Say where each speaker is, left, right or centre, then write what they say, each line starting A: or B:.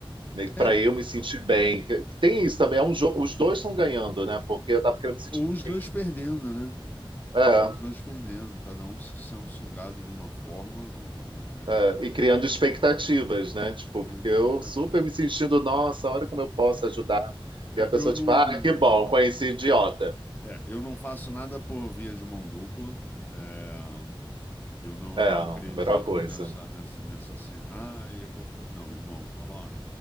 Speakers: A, on the right; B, on the left.
A: Meio que
B: é,
A: para eu me sentir bem. Que- que Tem isso também, é um jogo, os dois estão ganhando, né? Porque eu tava querendo me sentir
B: ou
A: também.
B: os dois perdendo, né?
A: é.
B: Ou os dois perdendo, cada um se sendo sugado de uma forma ou é,
A: É, e criando expectativas, né? Tipo,
B: criando
A: porque
B: expectativa.
A: eu super me sentindo, nossa, olha como eu posso ajudar.
B: É,
A: E a pessoa,
B: eu não,
A: tipo, ah, que bom, conheci idiota.
B: é, eu não faço nada por via de mão dupla. É, eu não,
A: É,
B: não
A: a
B: acredito
A: melhor coisa.
B: nessa, nessa, nessa cena. Ah, eu vou fazer. Não, meu irmão, falou, ó,